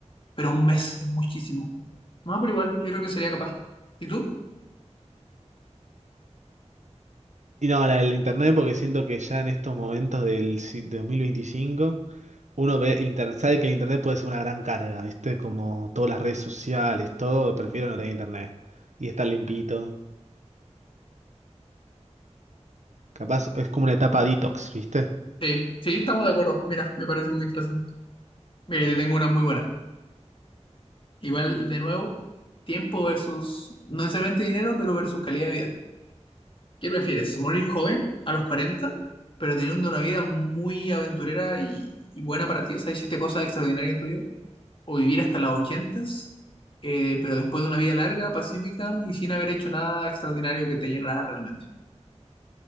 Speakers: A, on the left (about 45°); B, on the right (about 80°).
A: pero un mes es muchísimo. No, pero igual, yo creo que sería capaz. ¿Y tú?
B: Y no, la del internet, porque siento que ya en estos momentos del si- 2025, uno ve inter- sabe que el internet puede ser una gran carga, ¿viste? Como todas las redes sociales, todo, prefiero no tener internet y estar limpito. Capaz es como una etapa detox, ¿viste?
A: Sí, sí, estamos de acuerdo. Mira, me parece muy interesante. Mira, yo te tengo una muy buena. Igual, de nuevo, tiempo versus, no necesariamente dinero, pero versus calidad de vida. ¿Qué prefieres? ¿Morir joven a los 40, pero teniendo una vida muy aventurera y, y buena para ti? O sea, hiciste cosas extraordinarias en tu vida. ¿O vivir hasta las 80, eh, pero después de una vida larga, pacífica y sin haber hecho nada extraordinario que te llenara realmente?